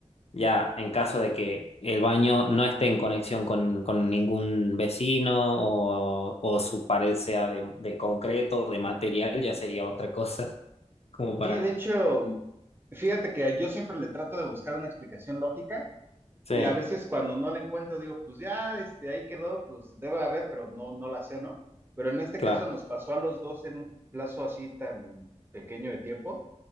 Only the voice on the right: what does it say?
Sí, de hecho, fíjate que yo siempre le trato de buscar una explicación lógica
y a veces cuando no la encuentro digo, pues ya, este, ahí quedó, pues debe haber, pero no, no la sé, ¿no? Pero en este
caso nos pasó a los dos en un plazo así tan pequeño de tiempo